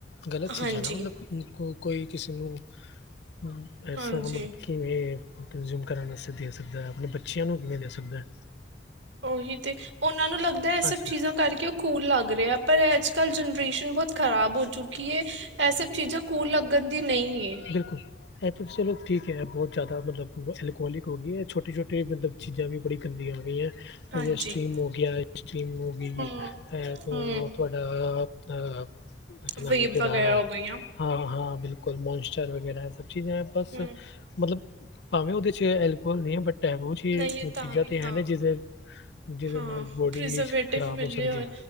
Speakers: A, on the left; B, on the right.
A: ਗ਼ਲਤ ਚੀਜ਼ਾਂ
B: ਹਾਂਜੀ
A: ਨਾ ਮਤਲਬ ਕੋ ਕੋਈ ਕਿਸੇ ਨੂੰ ਹਾਂ ਐਸਾ
B: ਹਾਂਜੀ
A: ਮਤਲਬ ਕਿਵੇਂ ਕੰਜ਼ਿਊਮ ਕਰਨ ਵਾਸਤੇ ਦੇ ਸਕਦਾ ਹੈ ਆਪਣੇ ਬੱਚਿਆਂ ਨੂੰ ਕਿਵੇਂ ਦੇ ਸਕਦਾ ਹੈ
B: ਉਹੀ ਤੇ ਉਹਨਾਂ ਨੂੰ ਲੱਗਦਾ ਇਹ
A: ਅੱਜ
B: ਸਭ ਚੀਜ਼ਾਂ ਕਰਕੇ ਸਕੂਲ ਲੱਗ ਰਿਹਾ। ਪਰ ਅੱਜ ਕੱਲ੍ਹ ਜਨਰੇਸ਼ਨ ਬਹੁਤ ਖਰਾਬ ਹੋ ਚੁੱਕੀ ਹੈ। ਇਹ ਸਭ ਚੀਜ਼ਾਂ ਕੂਲ ਲੱਗਣ ਦੀ ਨਹੀਂ ਏ।
A: ਬਿਲਕੁਲ ਇਹ ਤਾਂ ਚਲੋ ਠੀਕ ਹੈ ਬਹੁਤ ਜ਼ਿਆਦਾ ਮਤਲਬ ਅਲਕੋਹਲਿਕ ਹੋ ਗਈ ਹੈ ਛੋਟੀ ਛੋਟੀ ਮਤਲਬ ਚੀਜ਼ਾਂ ਵੀ ਬੜੀ ੰਦੀਆਂ ਹੋ ਗਈਆਂ
B: ਹਾਂਜੀ
A: ਜ ਸਟਰੀਮ ਹੋ ਗਿਆ ਸਟਮ ਹੋ ਗਈ
B: ਹਮ
A: ਹੈ।
B: ਹਮ
A: ਤੁਹਾਡਾ ਇਹ ਕਿ
B: ਵੇਬ
A: ਜਿਹੜਾ
B: ਵਗੈਰਾ ਹੋ ਗਈਆਂ
A: ਹਾਂ, ਹਾਂ ਬਿਲਕੁਲ ਮੋਨਸਚਰ ਵਗੈਰਾ ਹੈ। ਸਭ ਚੀਜ਼ਾਂ ਬਸ
B: ਹਮ
A: ਮਤਲਬ ਭਾਵੇਂ ਉਹਦੇ ਚ ਐਲਕੋਹਲ ਨਹੀਂ ਹੈ ਬਟ ਐਹੋ ਜਿਹੀ
B: ਨਹੀਂ ਇਹ ਤਾਂ
A: ਚੀਜ਼ਾਂ
B: ਵੀ
A: ਤੇ ਹੈ
B: ਹਾਂ
A: ਨੇ ਜਿਦੇ ਜਿਹਦੇ
B: ਹਾਂ
A: ਨਾਲ ਬੋਡੀ
B: ਪ੍ਰੀਜ਼ਰਵੇਟਿਵ
A: ਖ਼ਰਾਬ
B: ਮਿਲੇ
A: ਹੋ ਸਕਦੀ
B: ਹੋਏ
A: ਹੈ।